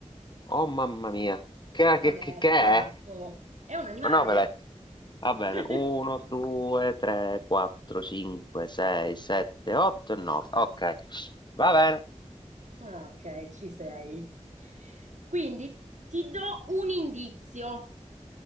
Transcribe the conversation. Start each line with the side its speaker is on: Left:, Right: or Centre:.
Left: Oh, mamma mia. Che,
Right: non
Left: che,
Right: è
Left: che, che è?
Right: tanto. È un animale.
Left: 9 letti. Va bene,
Right: <laughs>
Left: 1, 2, 3, 4, 5, 6, 7, 8 e 9. Ok, va bene.
Right: Ok, ci sei. Quindi ti do un indizio,